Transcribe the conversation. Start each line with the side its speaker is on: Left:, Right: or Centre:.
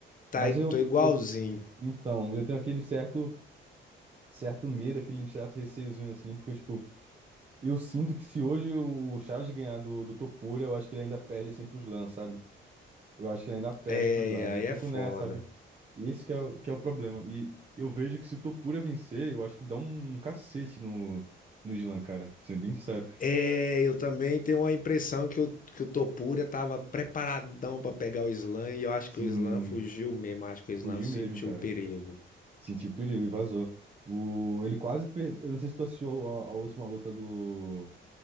Left: tá,
Right: Mas
Left: i-
Right: eu,
Left: tô igualzinho.
Right: eu. Então, eu tenho aquele certo, certo medo, aquele certo receiozinho assim, porque, tipo, eu sinto que se hoje o Charles ganhar do, do Topolya, eu acho que ele ainda perde assim pros Lan, sabe? Eu acho que ele ainda perde
Left: É,
Right: pro Islândia.
Left: aí
Right: Eu fico
Left: é foda.
Right: nessa, sabe? E Esse que é, o- que é o problema. E eu vejo que se o Topura vencer, eu acho que dá um um cacete no, no Islan, cara. Sendo bem sincero.
Left: É, eu também tenho uma impressão que o, que o Topuria estava preparadão para pegar o Islam e eu acho
Right: Sim,
Left: que o Islam fugiu mesmo, acho que o Islam
Right: fugiu
Left: sentiu
Right: mesmo, cara.
Left: o perigo.
Right: Sentiu o perigo e vazou. O, ele quase perdeu. Eu não sei se tu assistiu a, a última luta do,